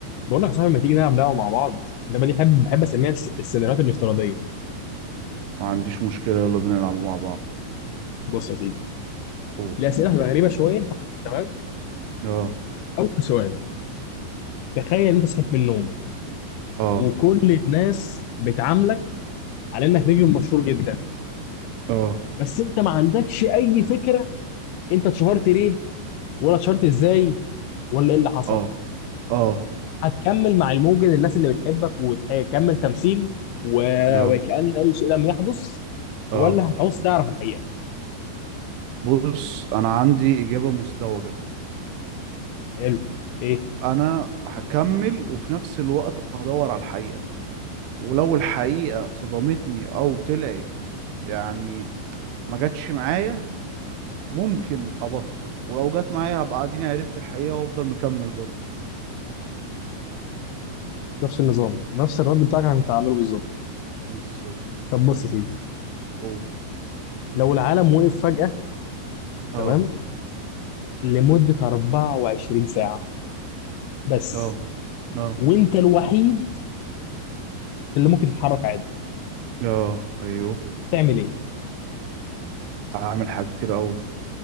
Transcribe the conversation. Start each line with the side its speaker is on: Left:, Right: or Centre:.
Left: بقول لك يا صاحبي ما تيجي نلعب لعبه مع بعض اللعبه دي بحب بحب اسميها الس- السيناريوهات الافتراضيه
Right: ما عنديش مشكلة يلا بينا نلعبوا مع بعض
Left: بص يا سيدي
Right: قول
Left: الاسئله هتبقى غريبه شويه تمام
Right: اه
Left: اول سؤال تخيل انت صحيت من النوم
Right: اه
Left: وكل الناس بتعاملك على انك نجم مشهور جدا
Right: اه
Left: بس انت ما عندكش اي فكره انت اتشهرت ليه ولا اتشهرت ازاي ولا ايه اللي حصل
Right: اه اه
Left: هتكمل مع الموجة الناس اللي بتحبك وتكمل تمثيل و...
Right: اه
Left: وكأن اي شيء لم يحدث ولا
Right: اه
Left: هتعوز تعرف الحقيقه
Right: بص انا عندي اجابة مزدوجة
Left: حلو ايه
Right: انا هكمل وفي نفس الوقت هدور على الحقيقة ولو الحقيقة صدمتني او طلعت يعني ما جاتش معايا ممكن ابطل ولو جت معايا هبقى اديني عرفت الحقيقة وافضل مكمل برضه
Left: نفس النظام نفس الرد بتاعك انا كنت هعمله بالظبط
Right: بالظبط
Left: طب بص يا سيدي
Right: قول
Left: لو العالم وقف فجأة
Right: اه
Left: تمام لمدة 24 ساعة بس
Right: اه اه
Left: وانت الوحيد اللي ممكن تتحرك عادي
Right: اه ايوه
Left: هتعمل ايه؟
Right: هعمل حاجات كتير قوي